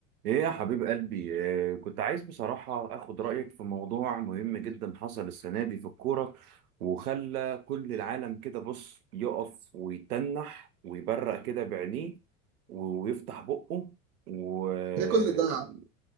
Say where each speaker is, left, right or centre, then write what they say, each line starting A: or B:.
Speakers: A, on the right; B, on the right.
A: ايه يا حبيب قلبي آه، كنت عايز بصراحة اخد رأيك في موضوع مهم جدا حصل السنة دي في الكورة وخلى كل العالم كده بص يقف ويتنح ويبرق كده بعينيه و- ويفتح بقه وده
B: ايه كل ده